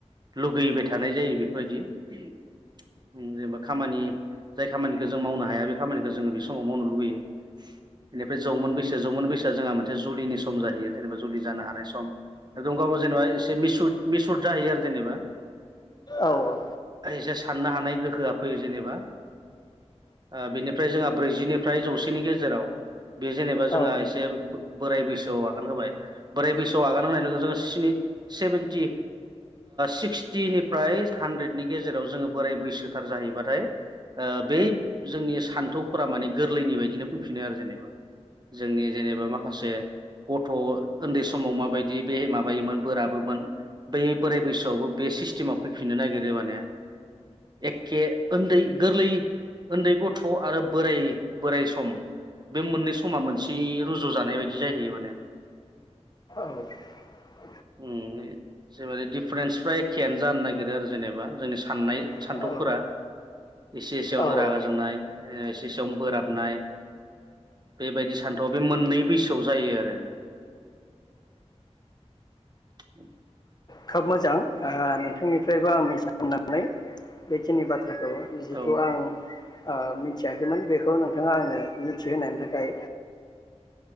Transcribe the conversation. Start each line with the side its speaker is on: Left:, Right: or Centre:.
Right: लुगैबाय थानाय जायो बेफोरबायदि। <inaudible> ओ जेनेबा खामानि जाय खामानिखौ जों मावनो हाया बे खामानिखौ जोङो बे समाव मावनो लुगैयो। बेनिफ्राय जौमोन बैसो जौमोन बैसो जोंहा मोनसे जुलिनि सम जाहैयो जेनेबा जुलि जानो हानाय सम। दं गावबो जेनेबा एसे मिसुद मिसुर। जाहैयो आरो जेनेबा।
Left: औ औ।
Right: एसे साननो हानाय गोहोआ फैयो जेनेबा। ओ बिनिफ्राय जोहा। ब्रैजिनिफ्राय जौसेनि गेजेराव। बे जेनेबा
Left: औ
Right: जोंहा एसे बो बोराय बैसो। सोआव आगोन होबाय। बोराय बैसोआव आगान होनाय। <unintelligible> स्नि सेभेनटि सिक्सटिनिफ्राय हानद्रेदनि गेजेराव जोङो बोराय बैसोथार जाहैबाथाय ओ बे जोंनि सान्थौ फोरा माने गोरलैनि बायदिनो फैफिनो आरो जेनेबा जोंनि जेनेबा माखासे गथ' ओन्दै समाव माबायद बि बे माबायोमोन बोराबोमोन बे बोराय बैसोआवबो बे सिस्टेमा फैफिननो नागिरो माने एक केे ओन्दै गोरलै ओन्दै गथ' आरो बोराय बोराय सम बे मोननै स समा मोनसेयै रुजु जानाय बायदि जाहैयो माने
Left: औ
Right: उम <unintelligible> जेबादि दिफारेन्सफ्रा एखेयानो जानो नाग नागिरो आरो जेनेबा जोंनि साननाय
Left: औ
Right: सान्थौफोरा एसे एसेयावनो
Left: औ ओ
Right: रागा जोंनाय ओ एसे एसेयावनो बोराबनाय बेबायदि सान्थौआ बे मोननै बैसोआव जायो आरो <inaudible>
Left: खोब मोजां ओ नोंथांनिफ्रायबो आं मिथिनो मोननानै बेखिनि बाथ फोरखौ जिहेथु
Right: औ
Left: आं ओ मिथियाखैमोन बेखौ नोंथाङा आंनो मिथिहोनायनि थाखाय